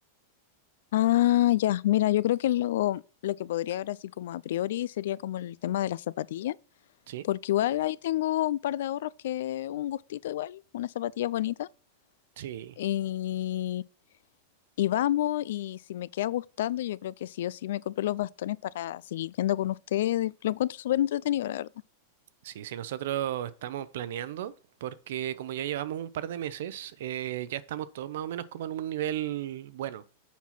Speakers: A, on the left; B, on the right.
A: Ah, ya, mira, yo creo que lo, lo que podría ver así como a priori sería como el tema de las zapatillas,
B: Sí,
A: porque igual ahí tengo un par de ahorros que un gustito igual, unas zapatillas bonitas.
B: sí,
A: y Y vamos, y si me queda gustando, yo creo que sí o sí me compré los bastones para seguir viendo con ustedes. Lo encuentro súper entretenido, la verdad.
B: sí, sí, nosotros estamos planeando, porque como ya llevamos un par de meses, eh, ya estamos todos más o menos como en un nivel bueno.